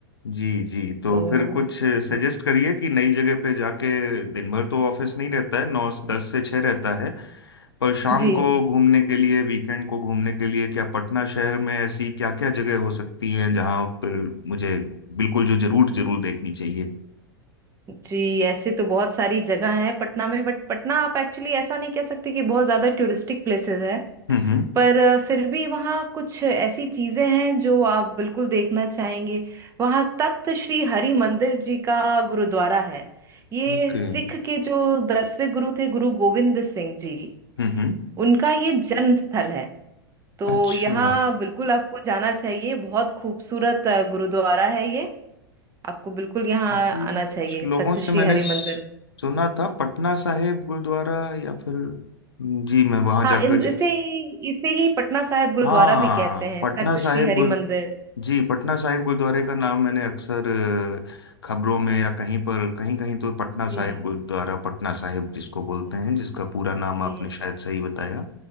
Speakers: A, on the left; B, on the right.
A: जी जी तो
B: तो
A: फिर कुछ सजेस्ट
B: हाँ
A: करिए कि नई जगह पे जाके दिन भर तो ऑफिस नहीं रहता है नौ दस से छः रहता है पर शाम
B: जी
A: को घूमने के लिए वीकेंड को घूमने के लिए क्या पटना शहर में ऐसी क्या क्या जगह हो सकती हैं जहाँ पर मुझे बिल्कुल जो जरूर जरूर देखनी चाहिए
B: जी ऐसे तो बहुत सारी जगह है पटना में बट पटना आप एक्चुअली ऐसा नहीं कह सकते कि बहुत ज्यादा टूरिस्टिक प्लेसेस है
A: हम्म हम्म
B: पर अ, फिर भी वहाँ कुछ ऐसी चीजें हैं जो आप बिल्कुल देखना चाहेंगे वहाँ तख्त श्री हरि मंदिर जी का गुरुद्वारा है ये
A: ओके हम्म
B: सिख के जो दसवें गुरु थे गुरु गोविंद सिंह जी
A: हम्म
B: उनका ये जन्म स्थल है तो
A: अच्छा
B: यहाँ बिल्कुल आपको जाना चाहिए बहुत खूबसूरत अ, गुरुद्वारा है ये आपको बिल्कुल यहाँ
A: जी
B: आना चाहिए
A: कुछ लोगों
B: तख्त
A: से
B: श्री
A: मैंने
B: हरि
A: स-
B: मंदिर
A: सुना था पटना साहिब गुरुद्वारा या फिर जी मैं वहां
B: हाँ
A: जाकर
B: इन इसे ही इसे ही पटना साहिब गुरुद्वारा
A: हाँ
B: भी कहते हैं
A: पटना
B: तख्त
A: साहिब
B: श्री हरि
A: गुरुद्व
B: मंदिर
A: जी पटना साहिब गुरुद्वारे का नाम मैंने अक्सर अ, खबरों में या कहीं पर कहीं कहीं तो पटना साहिब
B: जी
A: गुरुद्वारा पटना साहिब जिसको बोलते
B: जी,
A: हैं जिसका पूरा नाम आपने
B: ये
A: शायद सही बताया